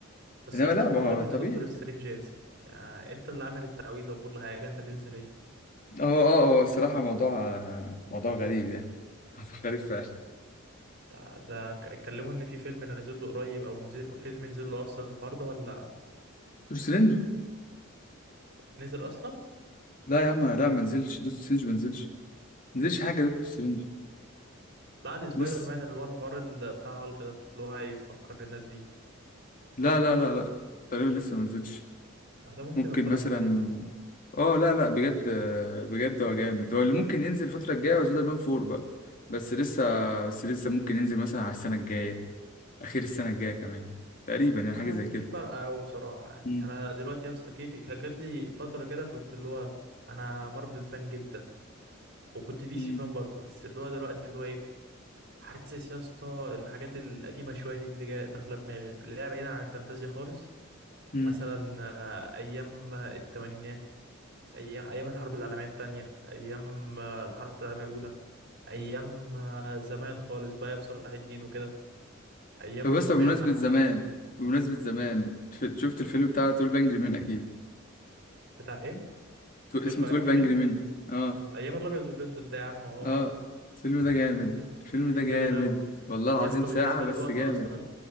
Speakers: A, on the right; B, on the left.
A: بس
B: انما
A: يا اسطى
B: لا
A: حوار
B: ما
A: غبي
B: هو طبيعي
A: ان دكتور سترينج ينسى يعني انت اللي عامل التعويذه وكل حاجه انت تنسى ليه
B: هو اه هو الصراحه موضوع موضوع غريب يعني <laughs> موضوع غريب فعلا
A: تع- ده ك- اتكلموا ان في فيلم نازل له قريب او نزل فيلم نزل له اصلا الحوار ده ولا
B: دكتور سترينج
A: نزل اصلا
B: لا يا عم لا ما نزلش دكتور سترينج ما نزلش ما نزلش
A: اه
B: حاجه
A: لا
B: دكتور
A: طب
B: سترينج
A: لا السبايدر
B: لسه
A: مان اللي هو الحوار ال- بتاع هالك ده اللي هو هيفكر الناس بيه
B: لا لا لا لا تقريبا لسه ما نزلش
A: لا، ده ممكن
B: ممكن
A: اتفرج
B: مثلا
A: عليه برضه
B: اه لا لا بجد بجد هو جامد هو اللي ممكن ينزل الفتره الجايه هو سبايدر مان 4 بقى بس لسه بس لسه ممكن ينزل مثلا على السنه الجايه اخير السنه الجايه كمان تقريبا يعني
A: اه
B: حاجه زي كده
A: مش فارقه قوي بصراحه يعني
B: مم.
A: انا دلوقتي يا اسطى كيفي كان جات لي فتره كده كنت اللي هو انا مارفل فان جدا وكنت دي
B: مم.
A: سي فان برضه بس اللي هو دلوقتي اللي هو ايه حاسس يا اسطى الحاجات القديمه شويه دي اللي جايه داخله دماغي اللي هي بعيدا عن الفانتازيا خالص
B: مم.
A: مثلا آه، ايام الثمانينات ايام ايام الحرب العالميه الثانيه ايام آه، الحرب العالميه الاولى ايام آه، زمان خالص بقى ايام صلاح الدين وكده ايام
B: فبس
A: الرومان
B: بمناسبه
A: حتى
B: زمان بمناسبه زمان ف- شفت الفيلم بتاع 12 انجري مان اكيد
A: بتاع ايه
B: تو-
A: 12
B: اسمه 12
A: انجري
B: انجري مان اه
A: ايام الابيض والاسود ده يا عم اه
B: اه الفيلم ده جامد
A: <laughs>
B: الفيلم ده جامد
A: جامد اوي
B: والله العظيم
A: يا اسطى
B: ساعة
A: بالنسبه
B: بس
A: للوقت
B: جامد
A: اصلا